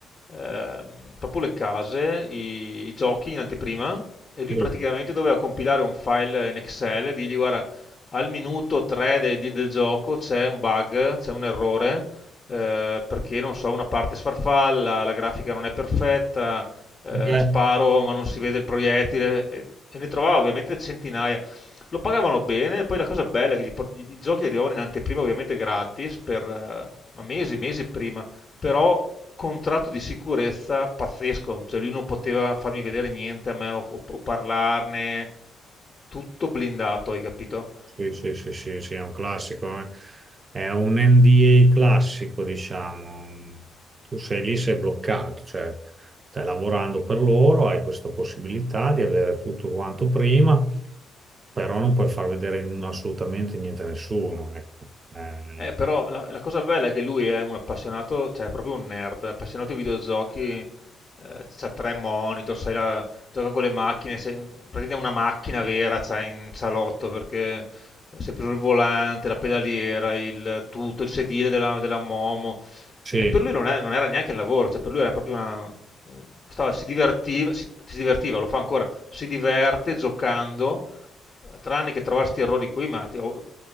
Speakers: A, on the left; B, on the right.
A: ehm, proprio le case, i, i giochi in anteprima e lui
B: Sì.
A: praticamente doveva compilare un file in Excel e dirgli guarda, al minuto 3 de- di- del gioco c'è un bug, c'è un errore, eh, perché non so, una parte sfarfalla, la grafica non è perfetta, eh,
B: sì, Eh,
A: sparo ma non si vede il proiettile e, e ne trovavo ovviamente centinaia. Lo pagavano bene, poi la cosa bella è che gli por- gli- i giochi arrivavano in anteprima ovviamente gratis per eh, ma mesi, mesi prima, però contratto di sicurezza pazzesco, cioè lui non poteva farmi vedere niente a me o, o- o parlarne, tutto blindato, hai capito?
B: Sì, sì, sì, sì, sì, è un classico, eh. È un NDA classico, diciamo. Tu sei lì, sei bloccato, cioè stai lavorando per loro, hai questa possibilità di avere tutto quanto prima, però non puoi far vedere n- assolutamente niente a nessuno, ecco. Eh,
A: Eh, però la, la cosa bella è che lui è un appassionato, cioè è proprio un nerd, appassionato di videogiochi, eh, c'ha tre monitor, sai, la- gioca con le macchine, se- praticamente è una macchina vera, c'ha in salotto perché eh, si è preso il volante, la pedaliera, il tutto, il sedile della, della Momo.
B: sì,
A: Eh, per lui non, è- non era neanche il lavoro, cioè per lui era proprio una... un- stava- si divertiva, si si divertiva, lo fa ancora, si diverte giocando tranne che trovarsi questi errori qui, ma ti- oh,